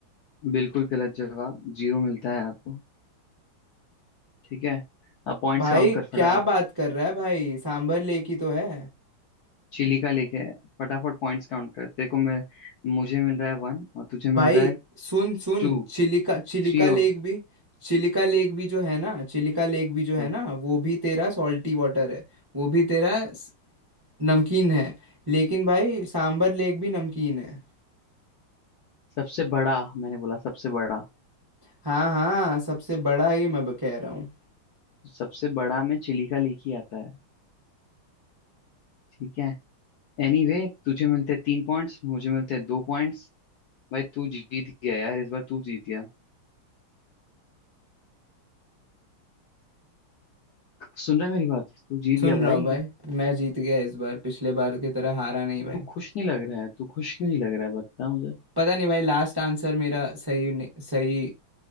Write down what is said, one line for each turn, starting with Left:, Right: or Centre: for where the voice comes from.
Left: बिल्कुल गलत जवाब जीरो मिलता है आपको ठीक है अब पॉइंट्स
Right: भाई
Left: काउंट कर
Right: क्या
Left: फटाफट
Right: बात कर रहा है भाई सांबर लेक ही तो है
Left: चिली का लेके फटाफट पॉइंट्स काउंट कर तेरे को मैं मुझे मिल रहा है वन और तुझे मिल
Right: भाई
Left: रहा है
Right: सुन सुन
Left: टू
Right: चिलिका चिलिका
Left: थ्री हो
Right: लेक भी चिलिका लेक भी जो है ना चिलिका लेक भी जो है
Left: हाँ
Right: ना वो भी तेरा सॉल्टी वाटर है वो भी तेरा स- नमकीन है लेकिन भाई सांबर लेक भी नमकीन है
Left: सबसे बड़ा मैंने बोला सबसे बड़ा
Right: हाँ हाँ सबसे बड़ा ही मैं कह रहा हूँ
Left: सबसे बड़ा में चिली का लेके आता है ठीक है एनीवे तुझे मिलते तीन पॉइंट्स मुझे मिलते दो पॉइंट्स भाई तू जीत गया यार इस बार तू जीत गया सुन रहा है मेरी बात तू जीत
Right: सुन
Left: गया भाई
Right: रहा हूँ भाई मैं जीत गया इस बार पिछले बार की तरह हारा नहीं भाई
Left: तू खुश नहीं लग रहा है तू खुश क्यों नहीं लग रहा है बता मुझे
Right: पता नहीं भाई लास्ट आंसर मेरा सही नहीं- सही